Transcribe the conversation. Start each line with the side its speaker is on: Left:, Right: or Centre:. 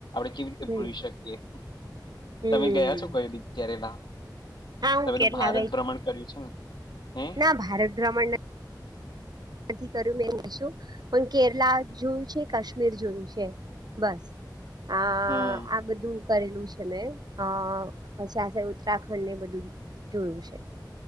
Left: કે
Right: હમ
Left: ભૂલી શકીએ
Right: હમ
Left: તમે ગયા છો કઈ દી ક્યારે ના
Right: હા હું
Left: તમે
Right: કેરલા
Left: તો ભારત ભ્રમણ કર્યું છે ને. હે
Right: આ ભારત ભ્રમણના નથી કર્યું મેં <unintelligible> શું પણ કેરલા જોયું છે કાશ્મીર જોયું છે. બસ આ
Left: હમ
Right: આ બધું કરેલું છે મેં આ પછી આ સાઇડ ઉત્તરાખંડ ને બધું જોયું છે.